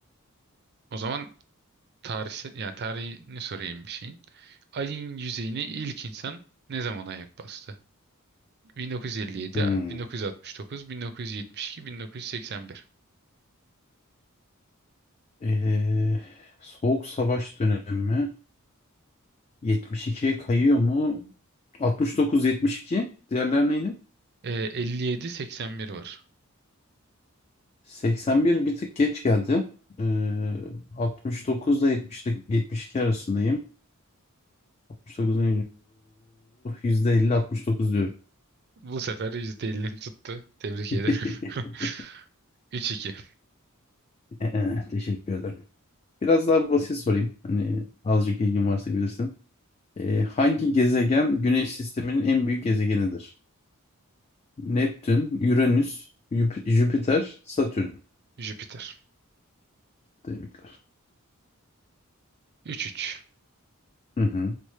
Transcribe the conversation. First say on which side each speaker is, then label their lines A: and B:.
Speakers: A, on the right; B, on the left.
A: O zaman tarihsel, yani tarihini sorayım bir şeyin. Ay'ın yüzeyine ilk insan ne zaman ayak bastı? 1957,
B: Hmm.
A: 1969, 1972, 1981.
B: Ee, Soğuk Savaş dönemi mi? 72'ye kayıyor mu? 69-72. Diğerler neydi?
A: Ee, 57, 81 var.
B: 81 bir bir tık geç geldi. Ee, 69'da 70'de 72 arasındayım. 69'da %50-69 diyorum.
A: Bu sefer %50'ni tuttu. Tebrik
B: <laughs>
A: ederim. <laughs> Üç iki.
B: Ee, Teşekkür ederim. Biraz daha basit sorayım. Hani azıcık ilgin varsa bilirsin. Ee, hangi gezegen Güneş sisteminin en büyük gezegenidir? Neptün, Uranüs, Jüp- Jüpiter, Satürn.
A: Jüpiter.
B: Tebrikler.
A: Üç üç.
B: Hı hı.